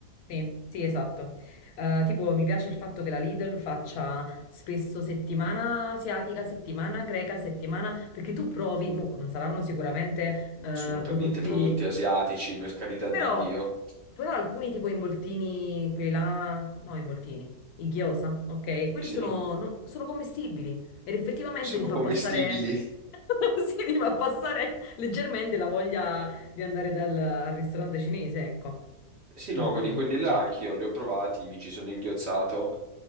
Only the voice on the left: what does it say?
sì, sì, esatto. Eh, tipo, mi piace il fatto che la Lidl faccia spesso settimana asiatica, settimana greca, settimana... Perché tu provi, mo, non saranno sicuramente eh,
prodotti
Però,
però alcuni tipo involtini, quelli là, no, involtini, i gyoza, ok? Quelli
sono, no- sono commestibili ed effettivamente
ti fa
passare, <laughs> sì, ti fa passare leggermente la voglia di andare dal, al ristorante cinese, ecco.
Mamma
mia,
che voglia
del
cinese.